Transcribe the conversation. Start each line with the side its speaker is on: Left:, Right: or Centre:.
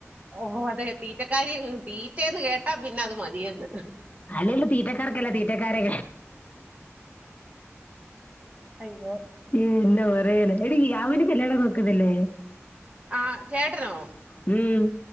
Right: ഓഹ് ഓഹ് അതെ തീറ്റക്കാരി തീറ്റെന്ന് കേട്ടാ പിന്നെ അത് മതിയന്ന്
Left: അല്ലേലും തീറ്റക്കാർക്കെല്ലാം തീറ്റക്കാരെ
Right: അയ്യോ
Left: ഇയ്യോ എന്നാ പറയാനാ എടീ അവന് കല്യാണം നോക്കുന്നില്ലേ
Right: ആഹ് ചേട്ടനോ
Left: ഉം